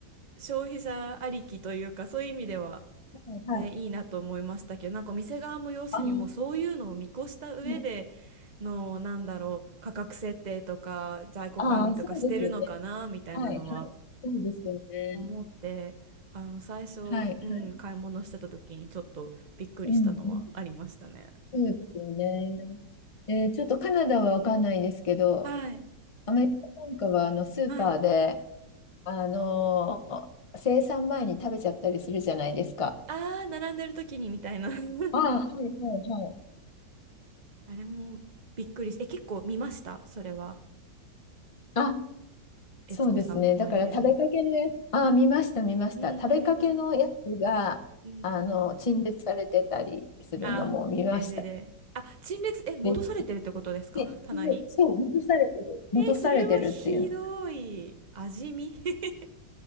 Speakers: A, on the right; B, on the left.
A: 消費者ありきというか、そういう意味では、
B: はい、
A: ね、
B: はい。
A: いいなと思いましたけど、なんか店側も要するにもうそういうのを見越した上で
B: ああ、はい。
A: の、なんだろう、価格設定とか在庫管理とかしてるのかな、
B: ああ、そうですよね。
A: みたいなのは
B: はい、はい。そうですよね。
A: 思ってあの最初、
B: はい、
A: うん、
B: はい。
A: 買い物してた時にちょっとびっくりしたのはありましたね。
B: うん、うん。そうですよね。えー、ちょっとカナダはわかんないですけど、
A: はい
B: アメリカなんかはあのスーパーで、
A: はい
B: あのー生産前に食べちゃったりするじゃないですか。
A: ああ並んでる時にみたいな <laughs>
B: ああ、はいはいはい。
A: あれもびっくりしえ結構見ましたそれは
B: あ、
A: 悦子さんの周りでも。
B: そうですね。だから食べかけのやつ、ああ、見ました、見ました。
A: うんうんうん
B: 食べかけのやつが、
A: うんうん
B: あの、陳列されてたりするのも見ました。
A: あレジであ陳列え戻されてるってことですか棚に
B: で、で、でそう、戻されてる。戻されてるっていう、
A: えーそれはひどい味見 <laughs>